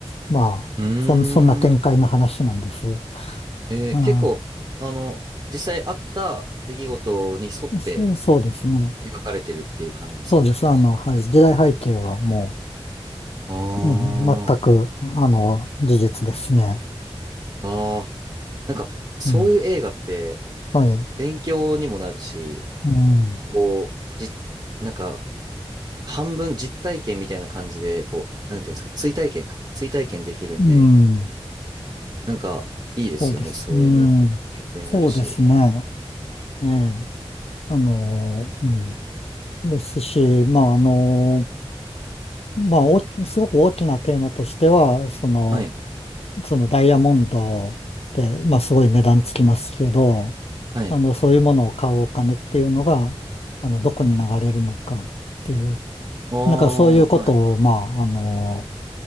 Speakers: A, on the left (about 80°); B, on the right (about 45°).
A: まあ、
B: うーん。
A: そん、そんな展開の話なんです。う
B: えー結構、
A: ん、
B: あの、実際あった出来事に沿って
A: そそうですね。
B: 描かれてるっていう感じですか
A: そうです。あの、はい。時代背景はもう、
B: あ
A: うん、全く、あの、事実ですね。
B: あ、ああ、なんか、そういう映画って、
A: うん。はい。
B: 勉強にもなるし、
A: うん。
B: こう、じ、なんか、半分実体験みたいな感じで、こう、なんていうんですか、追体験か。追体験できるんで、
A: うん。
B: なんか、いいですよね、
A: そうです。
B: そういうの。
A: うん。
B: 勉強になるし。
A: そうですね。ええ。あの、うん。ですし、まあ、あの、まあ、お、すごく大きなテーマとしては、その、
B: はい、
A: そのダイヤモンドって、まあ、すごい値段つきますけど、
B: はい。
A: あの、そういうものを買うお金っていうのが、あの、どこに流れるのかっていう、
B: ああ、
A: なんかそういうことを、
B: はい。
A: まあ、あの、